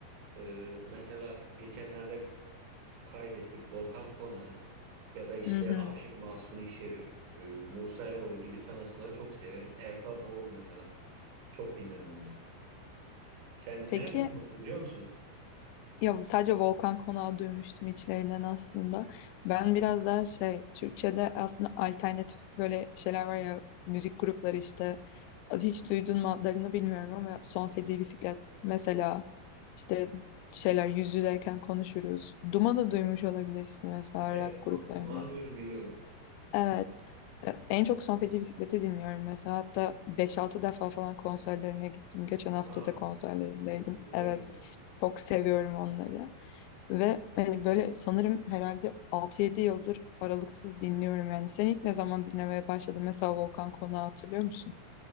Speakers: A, on the right; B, on the left.
A: e, mesela geçenlerde kaybettik Volkan Kona ya da işte
B: Hı hı.
A: Aşık Mahzuni Şerif, e, Musa Eroğlu gibi sanatçıları çok severim. Erkan Oğur mesela. Çok dinlerim onları. Sen dinler
B: Peki
A: misin bunları biliyor musun?
B: Ya bu sadece Volkan Konak'ı duymuştum içlerinden aslında. Ben biraz daha şey, Türkçe'de aslında alternatif böyle şeyler var ya, müzik grupları işte. Hiç duydun mu adlarını bilmiyorum ama Son Feci Bisiklet mesela işte şeyler yüz yüzeyken konuşuruz. Duman'ı duymuş olabilirsin mesela
A: Evet,
B: rock
A: Duma-
B: gruplarından.
A: Duman'ı duydum biliyorum.
B: Evet. E, En çok Son Feci Bisiklet'i dinliyorum mesela. Hatta beş altı defa falan konserlerine gittim. Geçen hafta
A: Ha,
B: da konserlerindeydim.
A: hı,
B: Evet.
A: ne güzel.
B: Çok seviyorum onları. Ve hani böyle sanırım herhalde altı yedi yıldır aralıksız dinliyorum yani. Sen ilk ne zaman dinlemeye başladın? Mesela Volkan Konak'ı hatırlıyor musun?